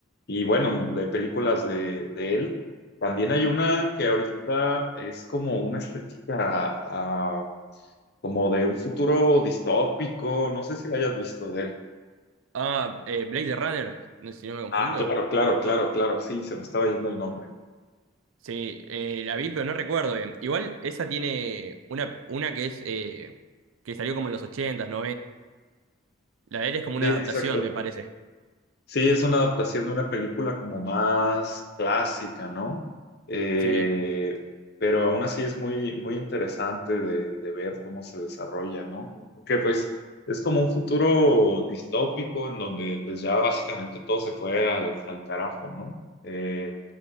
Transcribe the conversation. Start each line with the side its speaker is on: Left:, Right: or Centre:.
Left: y bueno, de películas de, de él, también hay una que ahorita es como una estética ah, como de un futuro distópico, no sé si la hayas visto de él.
Right: Ah, eh, Blade Runner, no sé si no me confundo.
Left: Ah, claro, claro, claro, claro, sí, se me estaba yendo el nombre.
Right: Sí, eh, la vi, pero no recuerdo bien. Igual esa tiene una, una que es eh, que salió como en los ochentas s La de él es como una
Left: Sí, exacto.
Right: adaptación, me parece.
Left: Sí, es una adaptación de una película como más clásica, ¿no? Eh,
Right: Sí.
Left: pero aún así es muy, muy interesante de, de ver cómo se desarrolla, ¿no? Que pues es como un futuro distópico en donde pues ya básicamente todo se fue al, al carajo, ¿no? Eh,